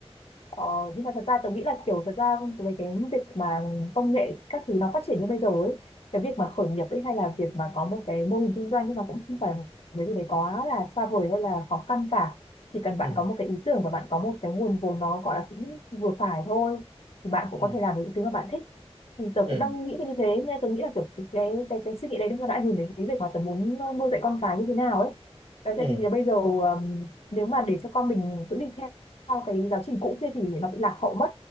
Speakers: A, on the left; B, on the right.
A: Ờ, nhưng mà thật ra tôi nghĩ là kiểu thật ra về cái việc mà công nghệ các thứ nó phát triển như bây giờ ấy cái việc mà khởi nghiệp ấy hay là việc mà có một cái mô hình kinh doanh ấy nó cũng không phải cái gì đấy quá là xa vời hay là khó khăn cả chỉ cần bạn
B: ừ
A: có một cái ý tưởng và bạn có một cái nguồn vốn nó gọi là cũng vừa phải thôi thì bạn cũng
B: ừ
A: có thể làm được những thứ mà bạn thích thì tớ
B: ừ
A: cũng đang nghĩ về như thế nên tớ nghĩ là kiểu cái cái cái, cái suy nghĩ đấy nó đã ảnh hưởng đến cái việc mà tớ muốn ờ, nuôi dạy con cái như thế nào ấy đấy
B: ừ
A: tại vì là bây giờ um, nếu mà để cho con mình cứ đi theo theo cái giáo trình cũ kia thì nó bị lạc hậu mất